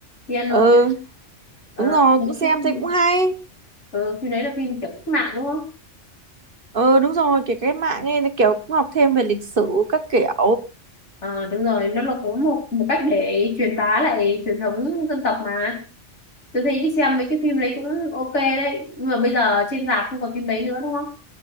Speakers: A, on the left (about 70°); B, on the right (about 50°).
A: piano
B: Ừ,
A: ờ,
B: đúng rồi,
A: cái
B: cũng xem
A: phim,
B: thấy cũng hay.
A: ừ, phim đấy là phim kiểu cách mạng đúng không
B: Ừ, đúng rồi, kể cái mạng ấy, cái kiểu cũng học thêm về lịch sử các kiểu.
A: ờ, đúng rồi nó là cũng một một cách để truyền bá lại truyền thống dân tộc mà tôi thấy đi xem mấy cái phim đấy cũng ok đấy nhưng mà bây giờ trên rạp không còn phim đấy nữa đúng không